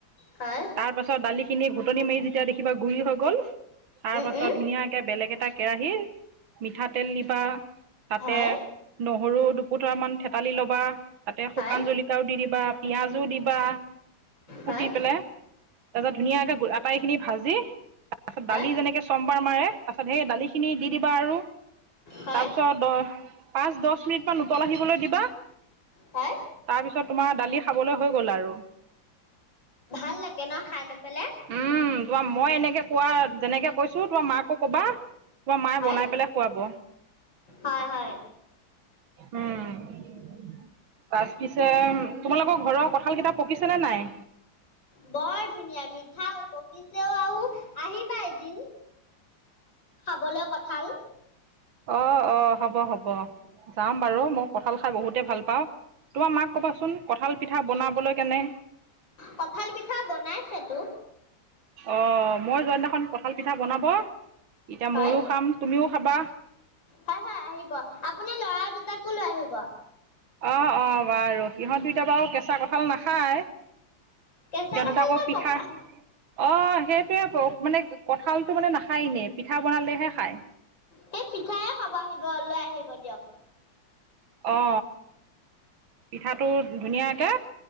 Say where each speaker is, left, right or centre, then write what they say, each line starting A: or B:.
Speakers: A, on the left; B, on the right.
A: হয়,
B: তাৰপাছত দালিখিনি ঘুটনি মাৰি যেতিয়া দেখিবা গুৰি হৈ গ'ল। তাৰ
A: উম
B: পাছত
A: উম
B: ধুনীয়াকে বেলেগ এটা কেৰাহী মিঠাতেল দিবা তাতে।
A: হয়
B: নহৰু দুপোটৰা মান থেতালি ল'বা। তাতে
A: হয়
B: শুকান জলকিয়াও দি দিবা পিয়াযো দিবা। কুটি
A: হয়
B: পেলাই তাৰ পিছত, ধুনীয়াকে অ আটাই খিনি ভাজি? তাৰপাছত
A: হয়
B: দালি যেনেকে চমবাৰ মাৰে, তাৰপিছত সেই দালিখিনি দি দিবা আৰু
A: হয়
B: তাৰপিছত দহ পাঁচ দছ মিনিট মমান উতল আহিবলৈ দিবা।
A: হয়
B: তাৰ পিছত তোমাৰ দালি খাবলৈ হৈ গ'ল আৰু।
A: ভাল লাগে ন খাই লৈ পেলাই।
B: উম তোমাৰ মই এনেকে কোৱা, যেনেকে কৈছো তোমাৰ মাকো কবা। তোমাৰ মায়ে
A: হয়
B: বনাই পেলাই খুৱাব।
A: হয় হয়
B: উম। বাছ পিছে তোমালোকৰ ঘৰৰ কঠাল, কেইটা পকিছে নে নাই?
A: বৰ ধুনীয়া মিঠাও পকিছেও আউ আহিবা এদিন। খাবলৈ কঁঠাল।
B: অ, অ হ'ব, হ'ব যাম বাৰু মও কঠাল খাই বহুতে ভাল পাওঁ। তোমাৰ মাক কবাচোন কঁঠাল পিঠা বনাবলৈ কেনে
A: কঠাল পিঠা বনাইছে তো।
B: অ মই যইদিনাখন কঁঠাল পিঠা বনাব এতিয়া
A: হয়
B: ময়ো খাম তুমিও খাবা।
A: হয় হয়, আহিব আপোনাৰ লৰা দুটাকো লৈ আহিব।
B: অ অ বাৰু সিহঁত দুইটা বাউ, কেঁচা কঁঠাল নাখায় কিয়টো
A: কেঁচা কঁঠাল
B: তাকৌ।
A: নহয়
B: পিঠা,
A: পকা
B: অ সেইটোৱে ব মানে কঠালটো মানে, নাখায় এনে পিঠা বনালেহে খায়।
A: সেই পিঠাই খাব আহিব লৈ আহিব দিয়ক।
B: অ পিঠাটো ধুনীয়াকে